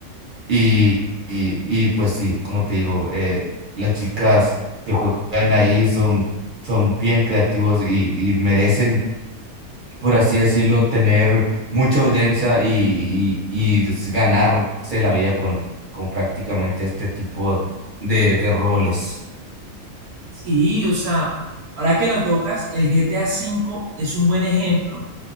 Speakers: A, on the right; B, on the right.
A: y, y, y pues sí, como te digo, eh, las chicas que juegan ahí son, son bien creativos y, y merecen por así decirlo, tener mucha audiencia y, y, y s- ganarse la vida con, con prácticamente este tipo de, de roles.
B: Sí, o sea, ahora que lo tocas, el GTA cinco es un buen ejemplo